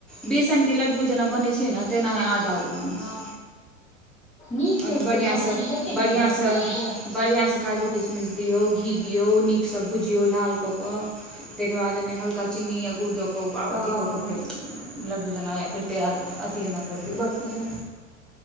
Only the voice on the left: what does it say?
हँ हँ
हँ
नीक
लगतै
सभचीज देतै
ने ड्रे ड्रे
हँ
हँ